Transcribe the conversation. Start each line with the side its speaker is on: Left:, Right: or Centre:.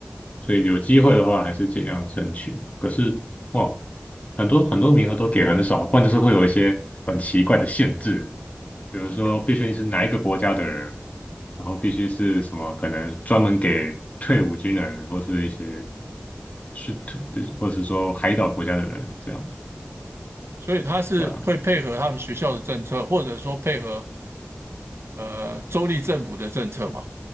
Left: 所以有机会的话还是尽量争取。可是哇，很多很多名额都给很少，不然就是会有一些很奇怪的限制，比如说必须是哪一个国家的人，然后必须是什么可能专门给退伍军人的，或是一些是退，就是或是说海岛国家的人这样子，
Right: 所以他是会配合他们学校的政策，
Left: 对啊，
Right: 或者说配合呃州立政府的政策嘛。